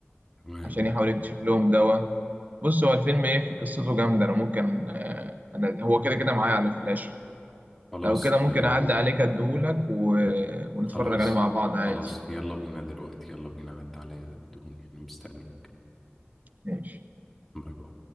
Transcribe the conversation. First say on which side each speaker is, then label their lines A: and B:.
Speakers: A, in the centre; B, on the right (about 40°).
A: تمام
B: عشان يحاول يكتشف لهم دواء بص هو الفيلم ايه في قصته جامدة انا ممكن آه، انا هو كده كده معايا على الفلاش
A: خلاص
B: لو كده ممكن
A: آه،
B: اعدي عليك اديهولك و... ونتفرج
A: خلاص
B: عليه مع بعض عادي
A: خلاص يلا بينا دلوقتي يلا بينا عدى عليا الدهون يعني مستنيك
B: ماشي
A: باي باي